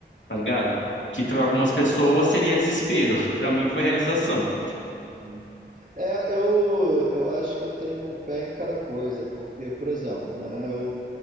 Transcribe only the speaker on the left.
tá ligado? Que para algumas
pessoas seria desespero, <laughs> para mim foi realização.